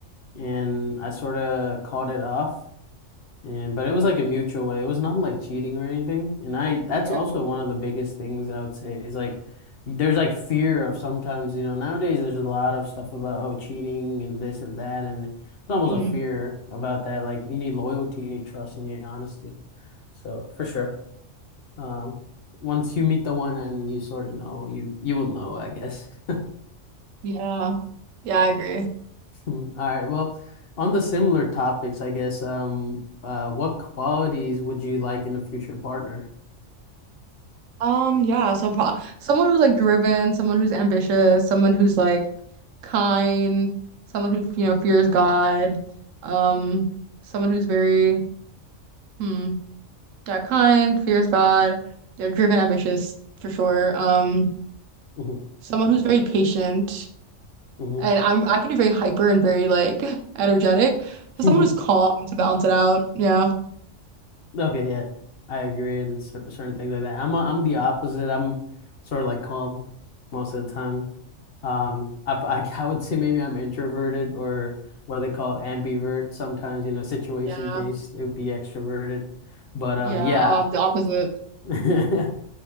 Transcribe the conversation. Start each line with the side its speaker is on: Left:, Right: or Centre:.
Left: and I sort of called it off. And
Right: Mhm.
Left: but it was like a mutual way. It was not like cheating or anything. And I, that's
Right: Yeah.
Left: also one of the biggest things I would say is like, there's like fear of sometimes, you know, nowadays there's a lot of stuff about oh cheating and this and that, and it's almost
Right: Mhm.
Left: a fear about that. Like you need loyalty, you need trust, and you need honesty. So for sure. Uh, once you meet the one and you sort of know, you you will know, I guess. <laughs>
Right: Yeah. Yeah, I agree.
Left: All right. Well, on the similar topics, I guess, um, uh, what qualities would you like in a future partner?
Right: Um, yeah, so pro someone who's like driven, someone who's ambitious, someone who's like kind, someone who, you know, fears God, um, someone who's very, hmm, yeah, kind, fears God, they're driven, ambitious for sure. Um,
Left: hmm
Right: someone who's very patient,
Left: hmm
Right: and I'm I can be very hyper and very like <laughs> energetic.
Left: <laughs>
Right: So someone who's calm to balance it out. Yeah,
Left: Okay, yeah, I agree in cer certain things like that. I'm a, I'm the opposite. I'm sort of like calm most of the time. Um, I, I <laughs> I would say maybe I'm introverted or what they call ambivert. Sometimes, you know, situation
Right: yeah,
Left: based, it would be extroverted. But um,
Right: yeah.
Left: yeah,
Right: Um, the opposite.
Left: <laughs>